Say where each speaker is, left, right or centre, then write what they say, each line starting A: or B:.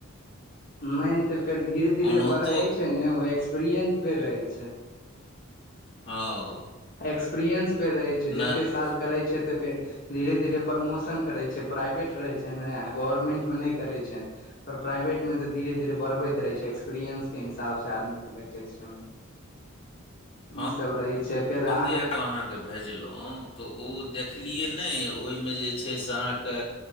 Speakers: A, on the left; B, on the left.
A: मेन त फेर धीरे धीरे
B: ओनाहितो
A: बढ़ै छै ने ओ एक्सपीरियंस फेर रहै छै
B: ओ
A: एक्सपीरएंस पे रहे छै जते
B: नहि
A: साल करैत छै त फेर धीरे धीरे प्रमोशन करै छै प्राइवेट रहै छै ने आ गवर्मेंटमे न करे छै पर प्राइवेटमे तऽ धीरे धीरे बढ़बैत रहै छै एक्सपीरियंसके हिसाबसँ आदमीकेँ देखै छै
B: हँ
A: ई सब रहै छै फेर
B: हम
A: अहाँ
B: जे <unintelligible> भेजलो त ओ देखलिय न ओहिमे जे छै से अहाँके